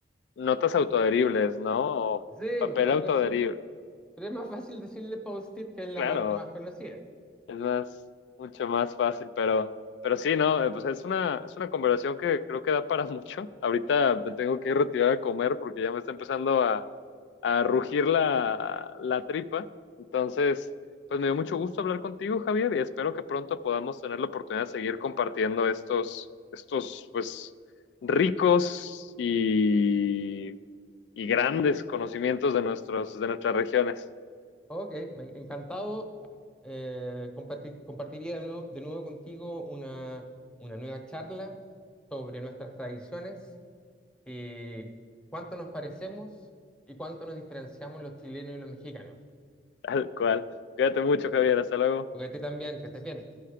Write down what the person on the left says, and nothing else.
notas autoadheribles, ¿no? O
papel
autoadherible.
Claro,
Es más, mucho más fácil, pero, pero sí, ¿no? Eh, Pues es una, es una conversación que creo que da para <laughs> mucho. Ahorita me tengo que ir retirar a comer porque ya me está empezando a, a rugir la, la tripa. Entonces, pues me dio mucho gusto hablar contigo, Javier, y espero que pronto podamos tener la oportunidad de seguir compartiendo estos, estos, pues, ricos y, y grandes conocimientos de nuestros, de nuestras regiones.
<laughs> Tal cual. Cuídate mucho, Javier. Hasta luego.